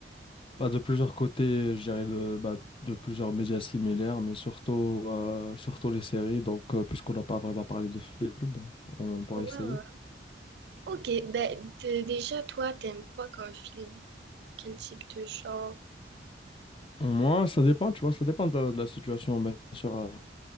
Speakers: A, on the left; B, on the right.
A: bah, de plusieurs côtés, je dirais, de, bah, de plusieurs médias similaires, mais surtout, euh, surtout les séries. Donc, euh, puisqu'on n'a pas vraiment parlé de films, on pourrait
B: Ouais,
A: essayer.
B: ouais. ouais. Ok, ben t- déjà, toi, t'aimes quoi comme film? Quel type de genre?
A: Moi, ça dépend, tu vois, ça dépend de, de la situation, bien sûr. euh,